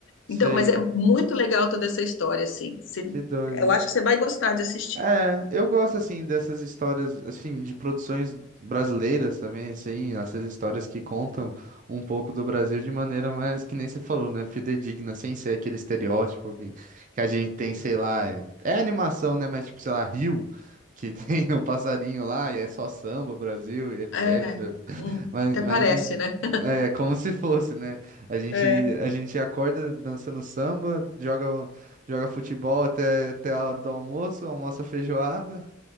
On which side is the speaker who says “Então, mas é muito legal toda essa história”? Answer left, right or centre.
Left